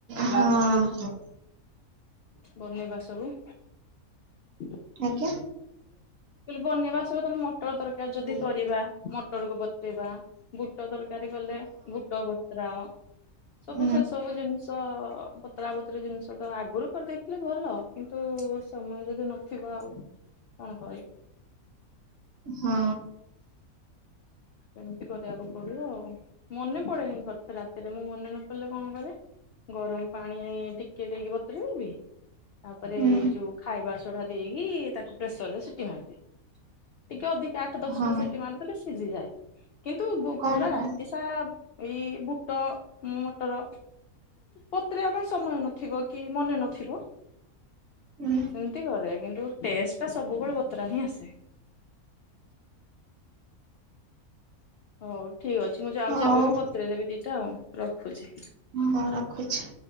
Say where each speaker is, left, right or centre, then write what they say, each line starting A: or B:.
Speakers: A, on the right; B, on the left.
A: ହଁ ।
B: ବନେଇବା ସବୁ । <unintelligible>
A: ଆଜ୍ଞା
B: କ ବନେଇବା ସହି ମଟର ତରକାରୀ ଯଦି
A: ହଁ
B: କରିବା ମଟର କୁ ବତୁରେଇବା ବୁଟ ତରକାରୀ କଲେ ବୁଟ ବତୁରାଅ ସବୁ
A: ହୁଁ
B: ସେ ସବୁ ଜିନିଷ ବତୁରା ବତୁରି ଜିନିଷ ତ ଆଗରୁ କରିଦେଇଥିଲେ ଭଲ କିନ୍ତୁ ସମୟ ଯଦି ନଥିବ ଆଉ କଣ ହ
A: ହଁ।
B: ଏମିତି କରିବାକୁ ପଡିବ ଆଉ ମନେ ପଡେନି କରିତେ ରାତିରେ ମୁଁ ମନେ ନ ପଡିଲେ କଣ କରେ ଗରମ ପାଣି ଟିକେ ଦେଇକି ବତୁରେଇ ଦେବି ତାପରେ
A: ହୁଁ
B: ଏଇ ଯୋଉ ଖାଇବା ଚଢା ଦେଇକି ତାକୁ ପ୍ରେସର ରେ ସିଟି ମାରିି ଟିକେ ଅଧିକ ଆଠ ଦଶଟା
A: ହଁ
B: ସିଟି ମାରିଦଲେ ଶିଝି ଯାଏ। କିନ୍ତୁ
A: କଣଟା
B: ପୁରା ରାତି ସାରା ଏଇ ବୁଟ ମଟର ବତୁରେଇବା ପାଇଁ ସମୟ ନଥିବ କି ମନେ ନଥିବ
A: ହୁଁ
B: ସେମିତି କରେ। କିନ୍ତୁ ଟେଷ୍ଟ ଟା ସବୁବେଳେ ବତରା ହିଁ ଆସେ। <unintelligible> ଠିକ୍ ଅଛି ମୁଁ ଯାଉଛି
A: ହଉ
B: ଏବେ ବି ବତୁରେଇ ଦେବି ଦିଟା ଆଉ। ରଖୁଛି।
A: ହଁ ରଖୁଛି।